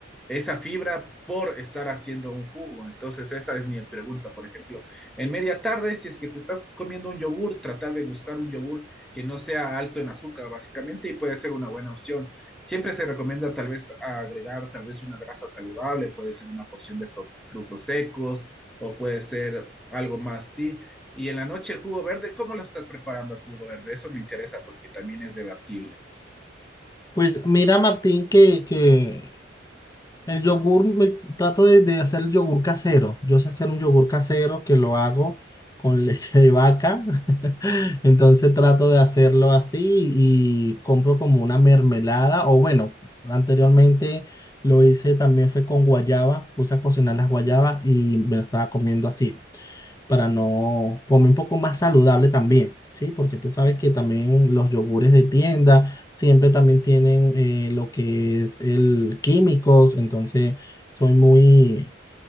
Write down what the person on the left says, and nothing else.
Pues mira, Martín, que, que el yogur, me, trato de, de hacer el yogur casero. Yo sé hacer un yogur casero que lo hago con <laughs> leche de vaca. <laughs> Entonces trato de hacerlo así y compro como una mermelada. O bueno, anteriormente lo hice también fue con guayaba. Puse a cocinar las guayabas y me lo estaba comiendo así para no comer un poco más saludable también, ¿sí? Porque tú sabes que también los yogures de tienda siempre también tienen eh, lo que es el químicos, entonces soy muy,